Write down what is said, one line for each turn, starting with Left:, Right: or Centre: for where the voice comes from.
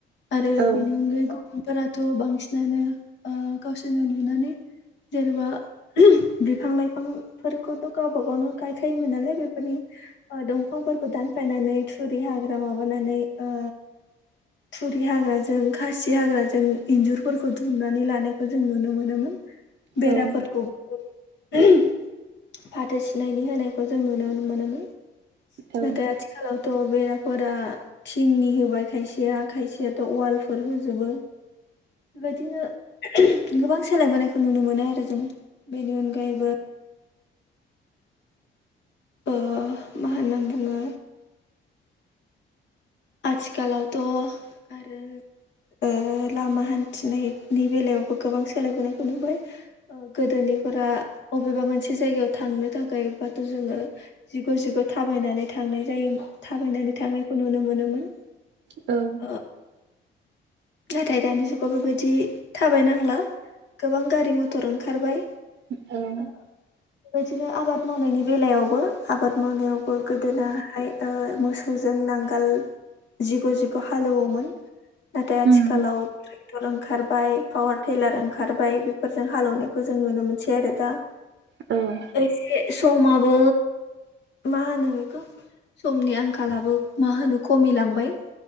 Left: आरो
Right: औ
Left: बेनि अनगायै फोथाराथ' बांसिनानो ओ गावसोरनो लुनानै जेनेबा बिफां लाइफांफोरखौबो गावबा गावनो गायखायोमोन नालाय बेफोरनि ओ दंफांफोरखौ दानफायनानै थुरि हाग्रा माबानानै ओ थुरि हाग्राजों खासि हाग्राजों इन्जुरफोरखौ दुमनानै लानायखौ जों नुनो मोनोमोन। बेराफोरखौ
Right: औ
Left: फाथो सिनायनि होनायखौ जों नुनो मोनोमोन।
Right: औ
Left: नाथाय आथि खालावथ' बेराफोरा थिंनि होबाय खायसेया खायसेयाथ' वालफोर हो जोबो। बेबायदिनो गोबां सोलायबोनायखौ नुनो मोनो आरो जों। बेनि अनगायैबो ओ मा होनना बुङो आथिखालावथ' आरो ओ लामा हान्थिनायनि बेलायावबो गोबां सोलायबोनायखौ नुबाय। ओ गोदोनिफोरा अबेबा मोनसे जायगायाव थांनो थाखायबाथ' जोङो जिग' जिग' थाबायनानै थांनाय जायोम थाबायनानै थांनायखौ नुनो मोनोमोन।
Right: औ।
Left: ओ नाथाय दानि जुगाव बेबायदि थाबाय नांला गोबां गारि मटर ओंखारबाय।
Right: औ।
Left: ओ बेबायदिनो आबाद मावनायनि बेलायावबो आबाद मावनायावबो गोदोनाहाय ओ मो सौजों नांगोल जिग' जिग' हालेवोमोन। दा आथिखालाव
Right: उम
Left: ट्रेक्टर ओं खारबाय पावार थेलार ओंखारबाय बेफोरजों हालौनायखौ जों नुनो मोनसै आरो दा
Right: औ
Left: एसे समाबो मा होनो बेखौ समनि आंखालाबो मा होनो खमिलांबाय